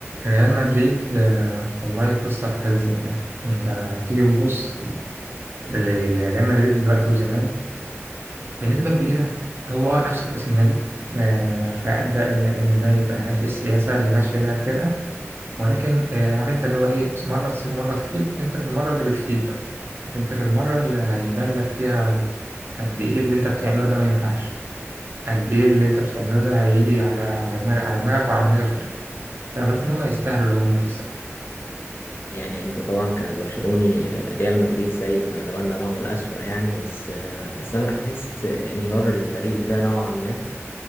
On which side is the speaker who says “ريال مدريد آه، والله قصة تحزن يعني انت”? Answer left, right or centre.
Right